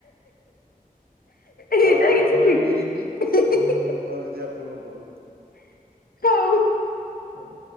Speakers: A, on the left; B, on the right.
A: ଏଇଟା
B: ହଉ ସମୟ
A: କିଛି
B: ହେଇଯାଇଚି
A: ଶିଖି
B: ମୁଁ କରୁଚି ଆପଣଙ୍କୁ କଲ।
A: ହଉ।
B: ହଉ।